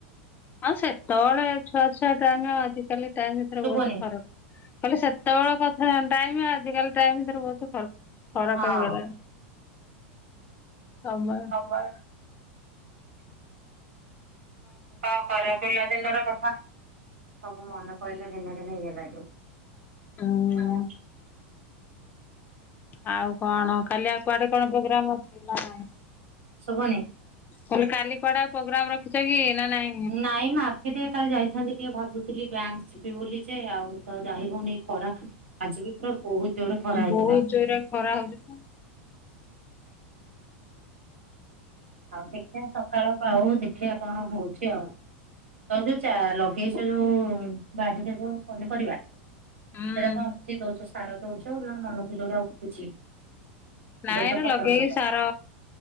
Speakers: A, on the left (about 30°); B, on the right (about 85°).
A: ଆଉ ସେତେବେଳେ ଛୁଆ ଛୁଆ ଟାଇମ ଆଉ ଆଜିକାଲି ଟାଇମ ଭିତରେ
B: ଶୁଭନି
A: ବହୁତ ଫରକ। କହିଲେ ସେତେବେଳେ କଥା ଟାଇମ ଆଜିକାଲି ଟାଇମର ବହୁତ ଫରକ ଫରକ
B: ହଁ।
A: ହେଇ ଗଲାଣି। ଆମର
B: ହାମ୍ପା ହଁ କଣ କରିବା ପିଲା ଦିନର କଥା। ସବୁ ମନେ ପିଇଲେ ଦିନେ ଦିନେ ଇଏ ଲାଗେ
A: ହୁଁ
B: <unintelligible>
A: ଆଉ କଣ କାଲି ଆଉ କୁଆଡେ କଣ ପ୍ରୋଗ୍ରାମ ଅଛି ନା ନାଇଁ?
B: ଶୁଭନି
A: କହିଲି କାଲି କୁଆଡେ ଆଉ ପ୍ରୋଗ୍ରାମ ରଖିଛ କି ନା ନାଇଁ
B: ନାଇ ମା ସେ ଟିକେ କାଲି ଯାଇଥାନ୍ତି ଟିକେ ଭାବୁଥିଲି ବ୍ୟାଙ୍କ ଯିବି ବୋଲି ଯେ ଆଉ ତ ଯାଇ ହଉନି ଖରାକୁ ଆଜି ବି ପୁରା ବହୁତ ଜୋରରେ ଖରା ହେଇଥିଲା।
A: ବହୁତ ଜୋରରେ ଖରା ହଉଛି ତ
B: ଆଉ ଦେଖିବା ସକାଳ ପାଉ ଦେଖିବା କଣ ହଉଛି ଆଉ। ତ ଯୋଉ ଚା ଲଗେଇଛ ଯୋଉ ବାଡିରେ ଯୋଉ ପନିପରିବା ସେଇଟା
A: ହୁଁ।
B: କଣ କିଛି ଦଉଛ ସାର ଦଉଛ ନା ମନକୁ ଯୋଉରା ଉଠୁଛି?
A: ନାଇଁରେ
B: ଦଉଛ ଖତ
A: ଲଗେଇକି
B: ଦଉଛ?
A: ସାର